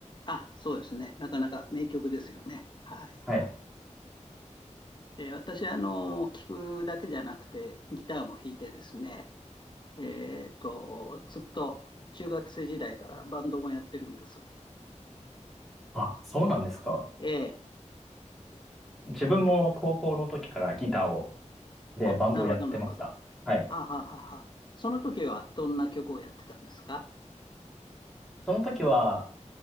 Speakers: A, on the left; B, in the centre.
A: あ、そうですね。なかなか名曲ですよね。はい。
B: はい。
A: で、私、あの、聞くだけじゃなくて、ギターも弾いてですね、えっと、ずっと中学生時代からバンドもやってるんです。
B: あ、そうなんですか。
A: ええ。
B: 自分も高校の時からギターを、で、
A: お、
B: バンドをやってました。
A: なるほど、なるほど。は
B: はい。
A: あ、はあはあはあ。その時はどんな曲をやってたんですか
B: その時は、